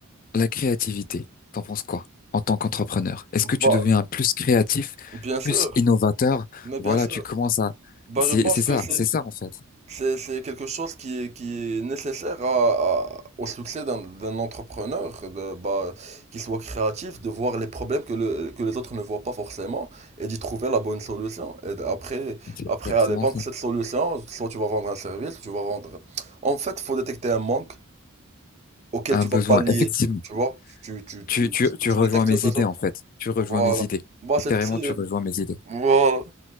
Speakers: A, on the left (about 40°); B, on the right (about 30°).
A: la créativité, t'en penses quoi en tant qu'entrepreneur? Est-ce
B: Bah,
A: que tu deviens plus créatif,
B: bien sûr,
A: plus innovateur?
B: mais
A: Voilà,
B: bien sûr.
A: tu commences à...
B: Bah,
A: C'est,
B: je pense
A: c'est ça,
B: que c'est
A: c'est ça en fait.
B: C'est, c'est quelque chose qui est, qui est nécessaire à- à- au succès d'un, d'un entrepreneur, de, bah, qu'il soit créatif, de voir les problèmes que, le- que les autres ne voient pas forcément et d'y trouver la bonne solution. Et d- après,
A: C'est
B: après
A: exactement
B: aller vendre
A: ça.
B: cette solution, soit tu vas vendre un service, tu vas vendre... En fait, faut détecter un manque auquel
A: Un
B: tu
A: besoin.
B: vas pallier,
A: Effectivement,
B: tu vois? Tu, tu,
A: tu,
B: tu,
A: tu,
B: tu,
A: tu
B: tu
A: rejoins
B: détectes
A: mes
B: le besoin.
A: idées en fait. Tu rejoins
B: Voilà.
A: mes idées.
B: Bah,
A: Et
B: c'est,
A: carrément,
B: c'est-
A: tu rejoins mes idées.
B: voilà.